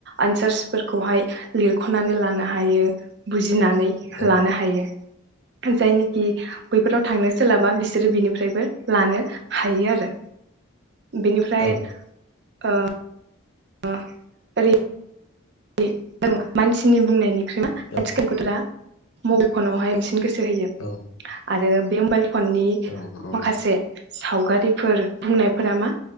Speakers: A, on the right; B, on the left.
A: आनसार्सफोरखौहाय लिरख'नानै लानो हायो बुजि गिनानै
B: औ
A: लानो हायो जाय बैफोराव थांनो सोलाबा बिसोरो बिनिफ्रायबो लानो हायो आरो बेनिफ्राय
B: औ
A: आ <unintelligible> आरो <unintelligible> मानसिनि बुंनायनि <unintelligible>
B: औ
A: मबाइल फनावहाय <unintelligible> सो होयो
B: औ
A: आरो <unintelligible> फननि
B: औ नंगौ
A: माखासे सावगारिफोर बुंनायफोरा मा